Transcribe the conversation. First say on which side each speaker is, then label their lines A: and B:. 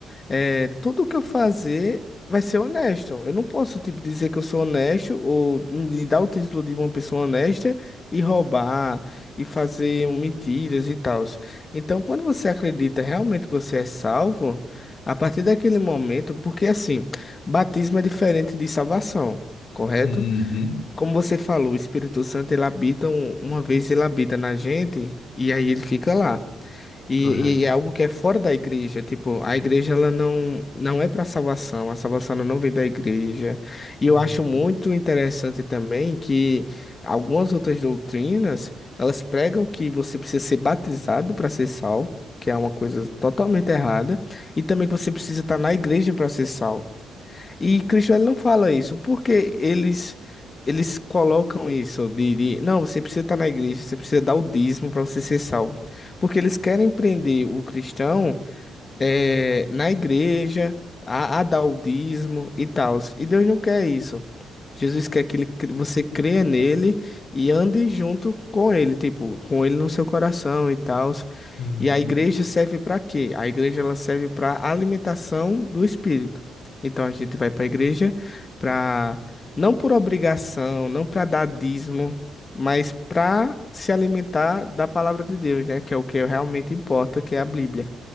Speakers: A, on the left; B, on the left.
A: É, tudo que eu fazer vai ser honesto. Eu não posso, tipo, dizer que eu sou honesto ou me dar o título de uma pessoa honesta e roubar e fazer mentiras e tal. Então, quando você acredita realmente que você é salvo, a partir daquele momento, porque assim, batismo é diferente de salvação, correto?
B: Uhum.
A: Como você falou, o Espírito Santo ele habita um- uma vez ele habita na gente e aí ele fica lá. E,
B: Correto.
A: e é algo que é fora da igreja, tipo, a igreja ela não, não é para salvação, a salvação ela não vem da igreja. E
B: Uhum.
A: eu acho muito interessante também que algumas outras doutrinas, elas pregam que você precisa ser batizado para ser salvo, que é uma coisa totalmente errada, e também que você precisa estar na igreja para ser salvo. E Cristo ele não fala isso, porque eles eles colocam isso de, de, não, você precisa estar na igreja, você precisa dar o dízimo para você ser salvo. Porque eles querem prender o cristão é, na igreja, a, a dar o dízimo e tal. E Deus não quer isso. Jesus quer que ele cre- você creia nele e ande junto com ele, tipo, com ele no seu coração e tal.
B: Uhum.
A: E a igreja serve para quê? A igreja ela serve para alimentação do espírito. Então a gente vai para a igreja para não por obrigação, não para dar dízimo, mas para se alimentar da palavra de Deus, né? Que é o que realmente importa, que é a Bíblia.